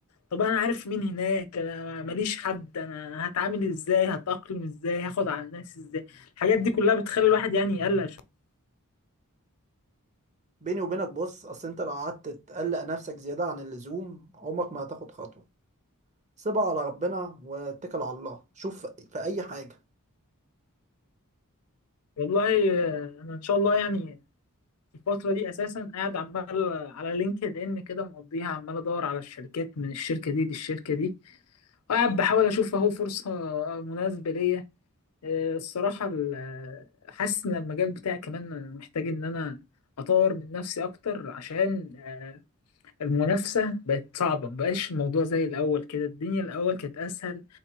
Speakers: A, on the left (about 80°); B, on the right (about 35°).
A: طب انا عارف مين هناك انا ماليش حد انا هتعامل ازاي هتأقلم ازاي هاخد على الناس ازاي الحاجات دي كلها بتخلي الواحد يعني يقلق شوية
B: بيني وبينك بص أصل أنت لو قعدت تقلق نفسك زيادة عن اللزوم عمرك ما هتاخد خطوة سيبها على ربنا واتكل على الله شوف في أي حاجة
A: والله آه، انا ان شاء الله يعني الفترة دي اساسا قاعد عمال على لينكد ان كده مقضيها عمال ادور على الشركات من الشركة دي للشركة دي وقاعد بحاول اشوف اهو فرصة مناسبة ليا آه، الصراحة ال- آه، حاسس إن المجال بتاعي كمان أنا محتاج إن أنا أطور من نفسي أكتر عشان المنافسة بقت صعبة مبقاش الموضوع زي الأول كده الدنيا الأول كانت أسهل